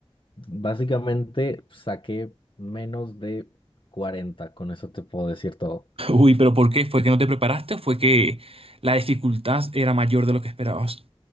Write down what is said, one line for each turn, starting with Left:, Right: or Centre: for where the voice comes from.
Left: básicamente saqué menos de 40. con eso te puedo decir todo.
Right: <laughs> Uy, pero ¿por qué? ¿Fue que no te preparaste o fue que la dificultad era mayor de lo que esperabas?